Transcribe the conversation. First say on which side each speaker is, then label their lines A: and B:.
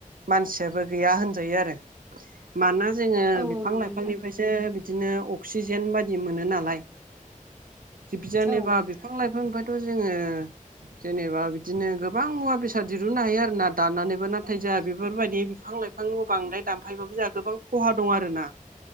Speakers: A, on the right (about 85°); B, on the right (about 20°).
A: मानसियाबो गैया होनजायो आरो, मानोना जोङो
B: औ
A: बिफां
B: औ नंगौ
A: लाइफांनिफ्रायसो
B: नोंथां
A: बिदिनो अक्सिजेन बायदि मोनो नालाय बि जेनेबा
B: औ
A: बिफां लाइफांनिफ्रायथ' जोङो जेनेबा बिदिनो गोबां मुवा बेसाद दिरुननो हायो आरो ना दाननानैबो नाथाय जोंहा बेफोरबायदि बिफां लाइफां बिफां बांद्राय दामफायबाबो जोंहा गोबां खहा दं आरो ना